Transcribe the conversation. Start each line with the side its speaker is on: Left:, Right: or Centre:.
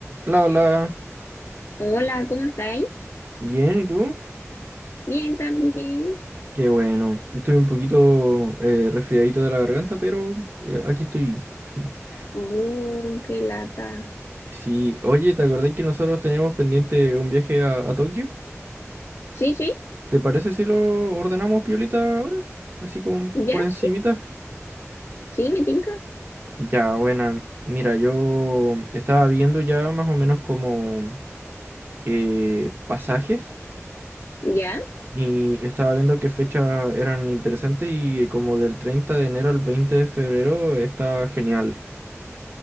Right: Hola, hola.
Left: Hola, ¿cómo estáis?
Right: Bien, ¿y tú?
Left: Bien, también.
Right: Qué bueno. Estoy un poquito eh, resfriadito de la garganta, pero eh, aquí estoy. <laughs>
Left: Uh, qué lata.
Right: Sí, oye, ¿te acordás que nosotros teníamos pendiente un viaje a, a Tokio?
Left: Sí, sí,
Right: ¿Te parece si lo ordenamos piolita ahora? Así como
Left: ya,
Right: por encimita.
Left: sí, sí, me tinca.
Right: Ya, buena. Mira, yo estaba viendo ya más o menos como eh, pasajes
Left: Ya,
Right: y estaba viendo qué fechas eran interesantes y como del 30 de enero al 20 de febrero está genial.